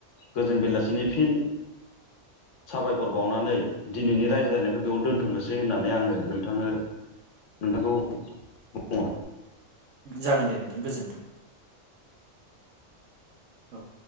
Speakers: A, on the left; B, on the right.
A: गोजोन बेलासिनि फिन साबायखर बाउनानै दिनैनि रायज्लायनायखो बेयावनो दोन्थ'नोसै होननानै आङो नोंथांनो नोंथांखौ औ।
B: जागोन दे नोंथां गोजोन्थों। औ।